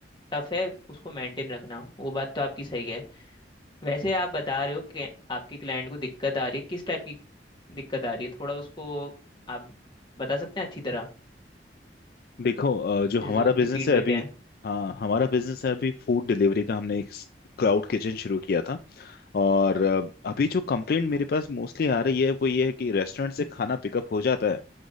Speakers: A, on the left; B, on the left.
A: टफ है उसको मेंटेन रखना वो बात तो आपकी सही है वैसे आप बता रहे हो कि आपके क्लाइंट को दिक्कत आ रही है किस टाइप की दिक्कत आ रही है थोड़ा उसको आप बता सकते हैं अच्छी तरह
B: देखो अ, जो हमारा
A: जैसे उसकी
B: बिजनेस
A: फीडबैक
B: है अभी
A: है
B: हाँ हमारा बिजनेस है अभी फूड डिलीवरी का हमने एक क्लाउड किचन शुरू किया था और अ, अभी जो कंप्लेंट मेरे पास मोस्टली आ रही है वो ये है कि रेस्टोरेंट से खाना पिकअप हो जाता है